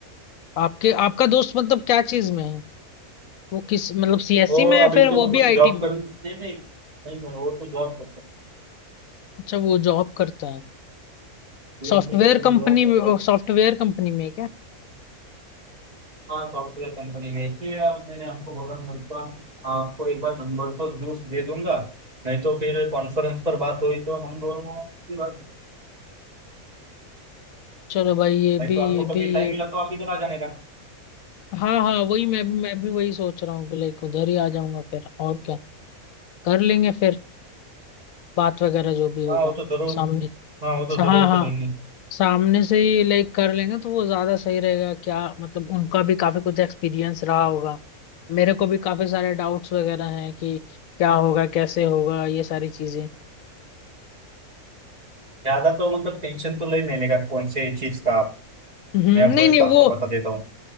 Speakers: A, on the left; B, on the right.
A: आपके आपका दोस्त मतलब क्या चीज में है वो किस मतलब सीएससी
B: वो
A: में
B: अभी
A: है फिर
B: तो
A: वो
B: मतलब
A: भी आईटी
B: जॉब
A: में
B: कर नहीं नहीं नहीं नहीं, वो तो जॉब करता
A: अच्छा वो जॉब करता है
B: है
A: सॉफ्टवेयर
B: ये चीज पर
A: कंपनी
B: जॉब करता
A: में,
B: है
A: सॉफ्टवेयर कंपनी में है क्या
B: हाँ सॉफ्टवेयर कंपनी में इसलिए अब मैंने आपको बोला मैं उसका आपको एक बार नंबर तो जरूर दे दूंगा नहीं तो फिर कॉन्फ्रेंस पर बात हुई तो हम दोनों की बात
A: चलो भाई ये
B: नहीं
A: भी
B: तो आपको
A: ये
B: कभी
A: भी
B: टाइम
A: ये
B: मिला तो आप इधर आ जाने का
A: हाँ हाँ वही मैं भी मैं भी वही सोच रहा हूँ कि लाइक उधर ही आ जाऊंगा फिर और क्या कर लेंगे फिर बात वगैरह जो भी होगा
B: हाँ वो तो जरूर
A: सामने
B: हाँ वो तो
A: हाँ
B: जरूर
A: हाँ
B: करेंगे
A: सामने से ही लाइक कर लेंगे तो वो ज्यादा सही रहेगा क्या मतलब उनका भी काफी कुछ एक्सपीरियंस रहा होगा मेरे को भी काफी सारे डाउट्स वगैरह हैं कि क्या होगा कैसे होगा ये सारी चीजें
B: ज्यादा तो मतलब टेंशन तो ले नहीं लेगा कौन से चीज का आप
A: हम्म
B: मैं आपको
A: नहीं
B: एक
A: नहीं
B: बात
A: वो
B: तो बता देता हूँ